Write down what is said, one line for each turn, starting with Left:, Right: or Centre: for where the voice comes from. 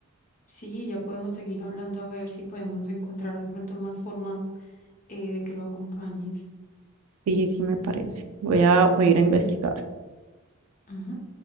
Left: Sí, ya podemos seguir hablando a ver si podemos encontrar de pronto más formas eh, de que lo acompañes.
Right: Sí, sí me parece. Voy a, voy a ir a investigar.
Left: Ujú.